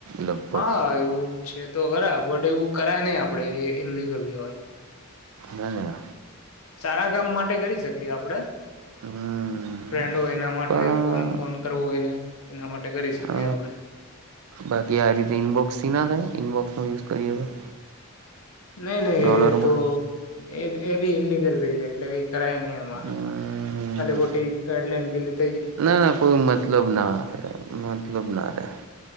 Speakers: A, on the right; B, on the left.
A: લગભગ
B: હા એવું છે તો ખરા બટ એવું કરાય નહી આપડે ઇલિગલ જોવાય.
A: ના
B: સારા કામ માટે કરી શકીએ આપડે
A: હમ
B: ફ્રેન્ડ હોય એના માટે
A: પણ
B: ફોન બોન કરવો હોયને એના માટે કરી શકીએ
A: અ
B: આપડે.
A: બાકી આ રીતે ઈનબોક્સથી ના થાય ઈનબોક્સ નો યુઝ કરીએ તો.
B: નહી નહી
A: ડોલરમાં
B: તો એ એ બી ઇલિગલ રહી એટલે કરાય નહી અમાં
A: હમ
B: ખાલી કોોટી ગાઈડલાઈન ગ
A: ના ના કોઈ મતલબ ના મતલબ ના રે.